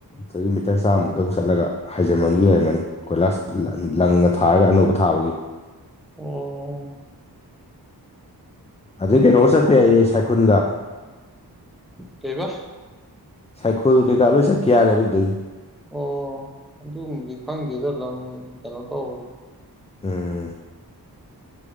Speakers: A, on the left (about 15°); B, in the centre.
A: ꯍꯧꯖꯤꯛꯃꯤꯇꯔ ꯆꯥꯝꯃꯨꯛꯇꯪ ꯆꯠꯂꯒ ꯍꯥꯏꯖꯃꯟꯗꯨ ꯂꯩꯔꯝꯃꯅꯤ ꯀꯣꯏꯂꯥꯁ ꯂ ꯂꯪꯅ ꯊꯥꯔꯒ ꯑꯅꯧꯕ ꯊꯥꯕꯒꯤ
B: ꯑꯣ
A: ꯑꯗꯨꯏ ꯀꯩꯅꯣꯒ ꯆꯠꯄ ꯌꯥꯏꯌꯦ ꯁꯥꯏꯀꯨꯟꯗ
B: ꯀꯩꯕꯥ
A: ꯁꯥꯏꯈꯨꯜ ꯀꯩꯀꯥꯛ ꯂꯣꯏ ꯆꯠꯈꯤ ꯌꯥꯔꯦꯕ ꯑꯗꯨꯗꯒꯤ
B: ꯑꯣ ꯑꯗꯨꯝꯗꯤ ꯈꯪꯗꯦꯗ ꯂꯝ ꯀꯩꯅꯣ ꯇꯧꯕ
A: ꯎꯝ